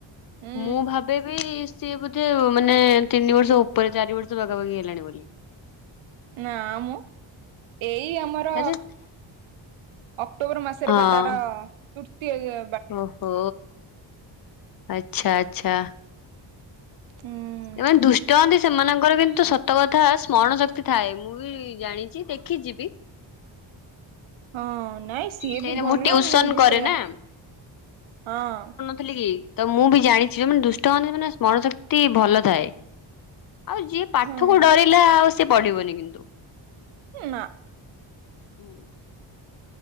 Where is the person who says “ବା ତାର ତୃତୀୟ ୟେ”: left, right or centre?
Right